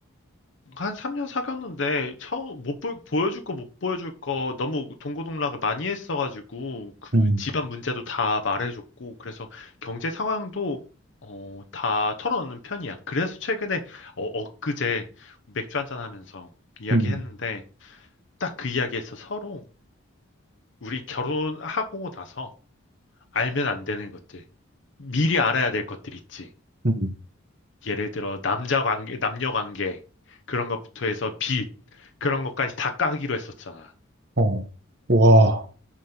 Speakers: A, on the left; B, on the right.
A: 한 3년 사귀었는데 처음 못 보, 보여줄 거 못 보여줄 거 너무 동고동락을 많이 했어가지고 그
B: 음,
A: 집안 문제도 다 말해줬고 그래서 경제 상황도 어, 다 털어놓는 편이야. 그래서 최근에 어, 엊그제 맥주 한잔 하면서 이야기했는데
B: 음,
A: 딱 그 이야기에서 서로 우리 결혼하고 나서 알면 안 되는 것들 미리 알아야 될 것들 있지.
B: 음.
A: 예를 들어 남자 관계, 남녀 관계 그런 것부터 해서 빚 그런 것까지 다 까기로 했었잖아.
B: 어, 와,
A: 어.